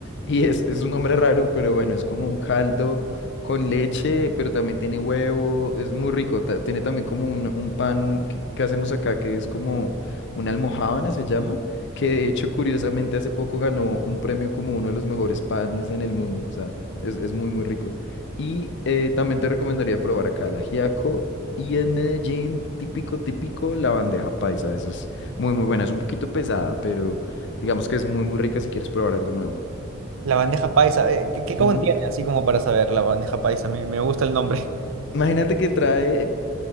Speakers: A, on the left; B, on the right.
A: y es, es un nombre raro, pero bueno, es como un caldo con leche, pero también tiene huevo, es muy rico, ta- tiene también como un, un pan que, que hacemos acá que es como una almojábana se llama, que de hecho curiosamente hace poco ganó un premio como uno de los mejores panes en el mundo, o sea, es, es muy muy rico. Y eh, también te recomendaría probar acá el ajiaco. Y en Medellín, típico, típico, la bandeja paisa. Esa es muy, muy buena. Es un poquito pesada, pero digamos que es muy, muy rica si quieres probar algo nuevo.
B: La bandeja paisa, eh, ¿qué, qué contiene?
A: Ujú.
B: Así como para saber, la bandeja paisa, me, me gusta el nombre.
A: Imagínate que trae